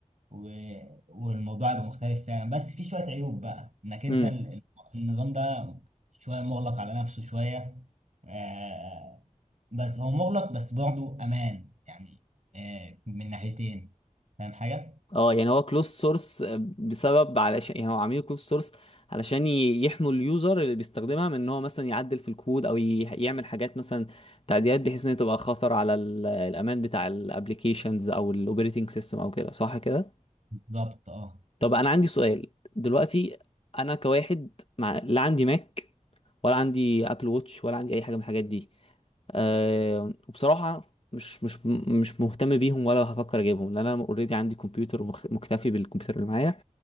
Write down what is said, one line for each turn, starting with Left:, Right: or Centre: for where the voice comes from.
Right: و... والموضوع هيبقى مختلف فعلا بس في شويه عيوب بقى انك انت
Left: امم
Right: ال- ال- النظام ده شويه مغلق على نفسه شويه آه، بس هو مغلق بس برضه امان يعني آه، من ناحيتين فاهم حاجه
Left: اه يعني هو كلوز سورس بسبب علشان يعني هو عاملين كلوز سورس علشان ي- يحموا اليوزر اللي بيستخدمها من ان هو مثلا يعدل في الكود او ي- يعمل حاجات مثلا تعديلات بحيث ان هي تبقى خطر على ال- الامان بتاع الابلكيشنز او الاوبريتنج سيستم او كده صح كده
Right: بالظبط اه
Left: طب انا عندي سؤال دلوقتي انا كواحد مع... لا عندي ماك ولا عندي ابل ووتش ولا عندي اي حاجه من الحاجات دي أه... وبصراحه مش مش مش مهتم بيهم ولا هفكر اجيبهم لان انا اوريدي عندي كمبيوتر ومخ- مكتفي بالكمبيوتر اللي معايا